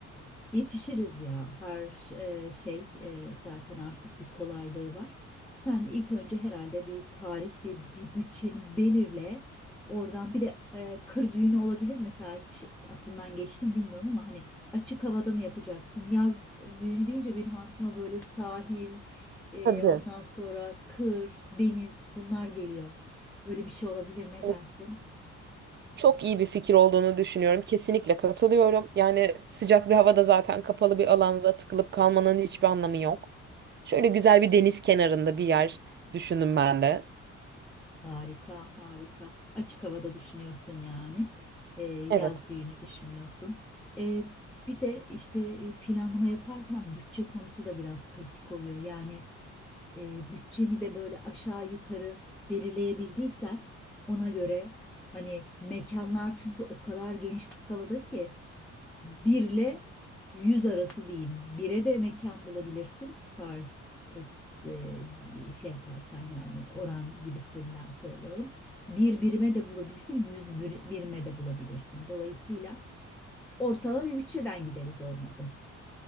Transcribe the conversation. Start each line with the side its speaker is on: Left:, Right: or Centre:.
Centre: Yetişiriz ya her e, şey e, zaten artık bir kolaylığı var. Sen ilk önce herhalde bir tarih ve bir bütçeni belirle. Oradan bir de e, kır düğünü olabilir mesela hiç aklından geçti mi bilmiyorum ama hani açık havada mı yapacaksın? Yaz düğünü deyince benim aklıma böyle sahil, e,
Right: Tabii.
Centre: ondan sonra kır, deniz bunlar geliyor. Öyle bir şey olabilir ne
Right: Hani
Centre: dersin?
Right: Çok iyi bir fikir olduğunu düşünüyorum. Kesinlikle katılıyorum. Yani sıcak bir havada zaten kapalı bir alanda tıkılıp kalmanın hiçbir anlamı yok. Şöyle güzel bir deniz kenarında bir yer düşündüm ben de.
Centre: Harika, harika. Açık havada düşünüyorsun yani. Ee, yaz
Right: Evet.
Centre: düğünü düşünüyorsun. Ee, bir de işte e, planlama yaparken bütçe konusu da biraz kritik oluyor. Yani e, bütçeni de böyle aşağı yukarı belirleyebildiysen ona göre hani mekanlar çünkü o kadar geniş skalada ki 1 ile 100 arası diyeyim. 1'e de mekan bulabilirsin. Farz et, e, diye şey yaparsan yani oran gibisinden söylüyorum. bir birime de bulabilirsin, 100 bir- birime de bulabilirsin. Dolayısıyla ortalama bir bütçeden gideriz olmadı.